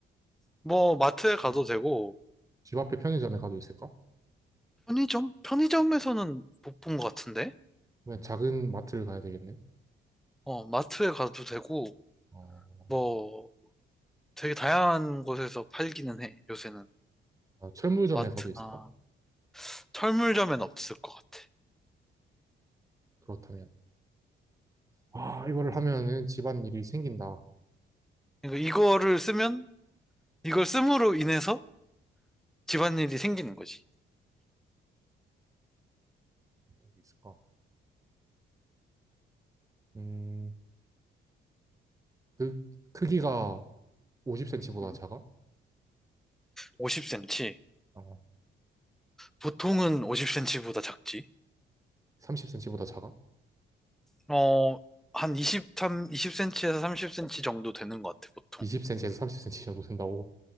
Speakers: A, in the centre; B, on the right.
A: 뭐 마트에
B: 글쎄,
A: 가도 되고
B: 집 앞에 편의점에 가도 있을까?
A: 편의점? 편의점에서는 못 본 것 같은데?
B: 그냥 작은 마트를 가야 되겠네.
A: 어, 마트에 가도 되고
B: 어,
A: 뭐 되게 다양한 곳에서 팔기는 해, 요새는.
B: 아, 철물점에
A: 마트나
B: 가도 있을까?
A: 철물점엔 없을 것 같아.
B: 그렇다면 아 이거를 하면은 집안일이 생긴다.
A: 그러니까 이거를 쓰면 이걸 씀으로 인해서 집안일이 생기는 거지.
B: 어떤 게 있을까? 음, 그 크기가 50cm보다
A: 음,
B: 작아?
A: 50cm.
B: 어,
A: 보통은 50cm보다 작지.
B: 30cm보다 작아?
A: 어, 한 23, 20cm에서 30cm 정도 되는 것 같아, 보통.
B: 20cm에서 30cm 정도 된다고?